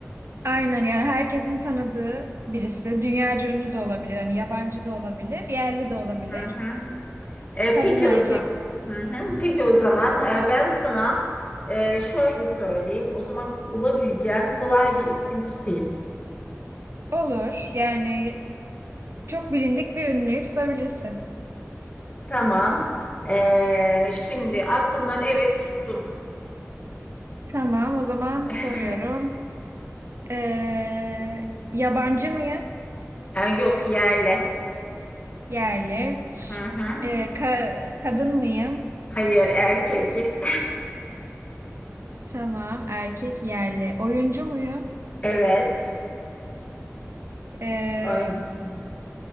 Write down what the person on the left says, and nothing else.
Hı hı. E,
peki
o zaman. Hı hı. Peki o zaman e, ben sana e, şöyle söyleyeyim. O zaman bulabileceğin kolay bir isim tutayım.
Tamam. E, şimdi aklımdan evet tuttum.
<laughs>
E, yok yerle.
Hı hı.
Hayır erkek. <laughs>
Evet.
Oysun.